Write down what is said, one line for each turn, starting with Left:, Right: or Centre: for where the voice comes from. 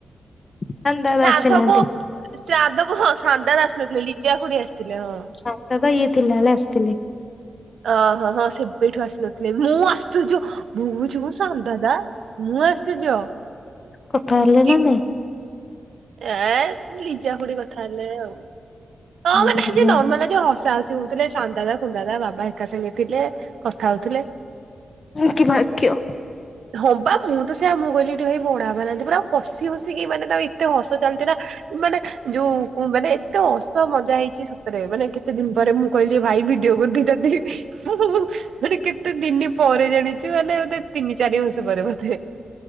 Left: ଶାନ୍ତି ଦାଦା
Right: ଶ୍ରାଦ୍ଧ
Left: ଆସିନାହାନ୍ତି
Right: କୁ ଶ୍ରାଦ୍ଧକୁ ହଁ ସାନ ଦାଦା ଆସି ନଥିଲେ ଲିଜା ଖୁଡି ଆସିଥିଲେ। ହଁ
Left: ଶ୍ରାଦ୍ଧ ତ ଇଏ ଥିଲା ବେଳେ ଆସିଥିଲେ
Right: ଅହଁ ହଁ ସେବେଠୁ ଆସି ନଥିଲେ, ମୁଁ ଆଶ୍ଚର୍ଯ୍ୟ ମୁ କହୁଚି କଣ ସାନଦାଦ, ମୁଁ ଆଶ୍ଚର୍ଯ୍ୟ
Left: କଥା ହେଲେ ନା ନାଇଁ?
Right: ଏ ଲିଜା ଖୁଡି କଥା ତାହଲେ ଆଉ ହଁ
Left: ହୁଁ
Right: ମାନେ ଆଜି ନର୍ମାଲ ଆଜି ହସା ହସି ହଉଥିଲେ ସାନ ଦାଦା ଦାଦା, ବାବା ଏକା ସାଙ୍ଗେ ଥିଲେ କଥା ହଉଥିଲେ।
Left: କି ଭ କ
Right: ହଁବା ମୁଁ ତ ସେଆ ମୁଁ କହିଲି ଏଠି ଭାଇ ବଢା ହବ ନାହାନ୍ତି ପୁରାଉ ହସି ହସିକି ମାନେ ତ ଏତେ ହସ ଚାଲିଛି ନା ମାନେ ଯୋଉ କୁହ ମ ଏତେ ମଜା ହେଇଛି ସତରେ ମାନେ କେତେ ଦିନ ପରେ ମୁଁ କହିଲି ଭାଇ ଭିଡିଓ କରିଦ ମାନେ କେତେ ଦିନ ପରେ ଜାଣିଛୁ ମାନେ ତିନି ଚାରି ମାସ ପରେ ବୋଧେ।